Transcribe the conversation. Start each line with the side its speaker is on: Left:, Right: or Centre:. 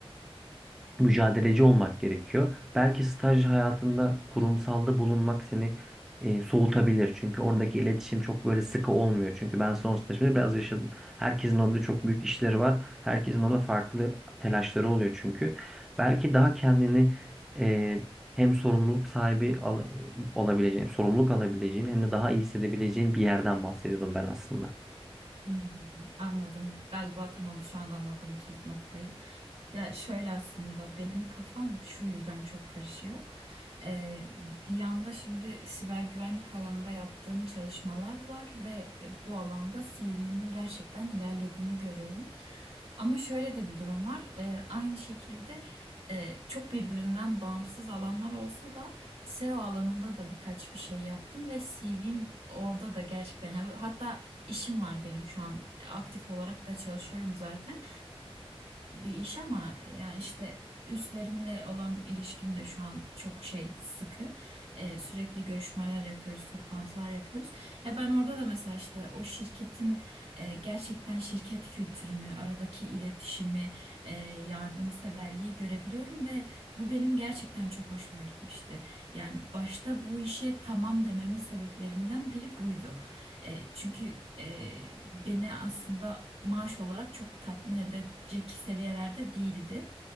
Centre: mücadeleci olmak gerekiyor. Belki staj hayatında kurumsalda bulunmak seni e, soğutabilir. Çünkü oradaki iletişim çok böyle sıkı olmuyor. Çünkü ben son stajımda biraz yaşadım. Herkesin orada çok büyük işleri var. Herkesin orada farklı telaşları oluyor çünkü. Belki daha kendini e, hem sorumluluk sahibi al- olabileceğin, sorumluluk alabileceğin hem de daha iyi hissedebileceğin bir yerden bahsediyordum ben aslında.
Right: Hmm, anladım. Galiba tamam şu an anladım kilit noktayı. Ya şöyle aslında benim kafam şu yüzden çok karışıyor. Ee, bir yanda şimdi siber güvenlik alanında yaptığım çalışmalar var ve e, bu alanda CV'min gerçekten ilerlediğini görüyorum. Ama şöyle de bir durum var. Ee, aynı şekilde e, çok birbirinden bağımsız alanlar olsa da SEO alanında da birkaç bir şey yaptım ve CV'm orada da gerçekten yani hatta işim var benim şu an e, aktif olarak da çalışıyorum zaten bir iş ama yani işte üstlerimle olan ilişkim de şu an çok şey sıkı. Ee, sürekli görüşmeler yapıyoruz, toplantılar yapıyoruz. Ya ben orada da mesela işte o şirketin e, gerçekten şirket kültürünü, aradaki iletişimi, e, yardımseverliği görebiliyorum ve bu benim gerçekten çok hoşuma gitmişti. Yani başta bu işe tamam dememin sebeplerinden biri buydu. E, çünkü e, beni aslında maaş olarak çok tatmin edecek seviyelerde değildi.